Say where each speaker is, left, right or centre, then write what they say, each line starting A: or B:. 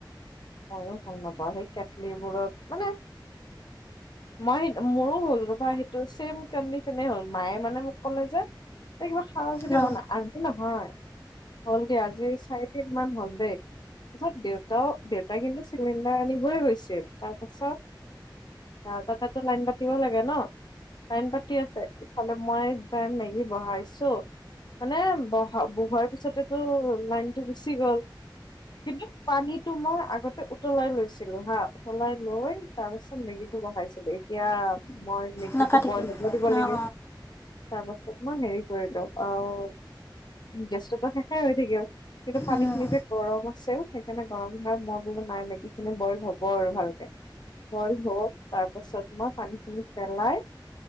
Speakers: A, on the left; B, on the left.
A: মইয়ো ভাল নাপাওঁ সেই কেটলিবোৰত মানে মই মোৰো হ'ল বা সেইটো ছেম কণ্ডিচনে হ'ল মায়ে মানে মোক ক'লে যে ত কিবা খাৱ যদি
B: ৰ
A: বনা আগ <unintelligible> নহয় হ'ল দে আজি চাৰি দিন মান হল দেই। ত পাছত দেউতাও দেউতাই কিন্তু চিলিণ্ডাৰ আনিবই গৈছিল তাৰপাছত সিহঁতৰ তাতো লাইন পাতিব লাগে ন লাইন পাতি আছে ইফালে মই য মেগী বহাইছো। মানে বহা বহোৱাৰ পিছতেতো লাইনটো গুচি গ'ল। কিন্তু পানীটো মই আগতে উতলাই লৈছিলোঁ হা উতলাই লৈ তাৰ পিছত বহাইছিলো এতিয়া মই মেগীটো
B: নাকাটিবি
A: বইল হ'ব দিব লাগে
B: অঁ
A: তাৰ পাছত পিছত মই হেৰি কৰিলোঁ আহ গেছতোটো শেষেই হৈ থাকিল। কিন্তু পানী
B: অঁ
A: খিনি যে গৰম আছিল সেইকাৰণে গৰম হোৱা মই বোলে নাই মেগী খিনি বইল হ'ব আৰু ভালকে বইল হল তাৰ পাছত মই পানীখিনি পেলাই